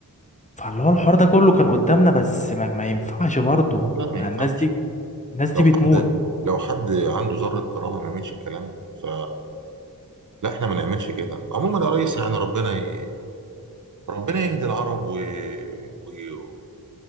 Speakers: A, on the left; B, on the right.
A: فاللي هو الحوار ده كله كان قدامنا بس ما, ما ينفعش برضه
B: لا ما
A: مع
B: ينفعش
A: الناس دي الناس دي
B: لو
A: بتموت
B: حد لو حد عنده ذرة كرامة ما يعملش الكلام ده ف لا احنا ما نعملش كده عموما يا ريس يعني ربنا ي... ربنا يهدي العرب و... و...